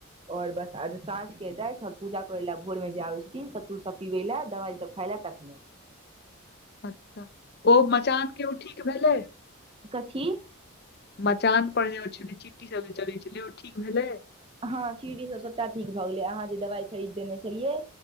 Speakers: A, on the right; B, on the left.
A: आओर बस आर साँझ कऽ एतैथ <unintelligible> पूजा करैय लऽ भोरमे जे आबै छथिन सत्तू सभ पिबै लए दबाइ सभ खाय लऽ तखने।
B: अच्छऽ ओ मचानके ओ ठीक भेलै।
A: कथि
B: मचान पर जे ओ छलै चिट्टी सब जे चलै छलै ओ ठीक भेलै।
A: हँ चिटी सब सबटा ठीक भऽ गेलै अहाँ जे दवाई खरीद देने छलियै